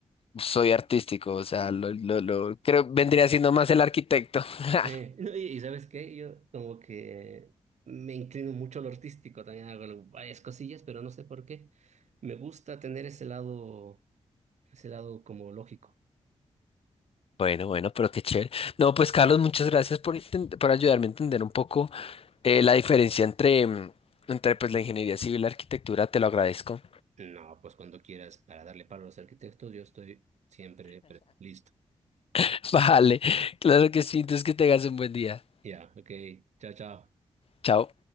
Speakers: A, on the left; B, on the right.
A: Soy artístico, o sea, lo, lo, lo- creo vendría siendo más el arquitecto. <laughs>
B: Eh, no, <laughs> y, y ¿sabes qué? Yo como que me inclino mucho a lo artístico, también hago varias cosillas, pero no sé por qué. Me gusta tener ese lado, ese lado como lógico.
A: Bueno, bueno, pero qué chévere. No, pues Carlos, muchas gracias por, intent- por ayudarme a entender un poco eh, la diferencia entre, mm, entre pues, la ingeniería civil y la arquitectura. Te lo agradezco.
B: No, pues cuando quieras, para darle palo a los arquitectos, yo estoy siempre pre- listo.
A: <laughs> Vale, claro que sí. Entonces que tengas un buen día.
B: Ya, ok, chao, chao.
A: Chao.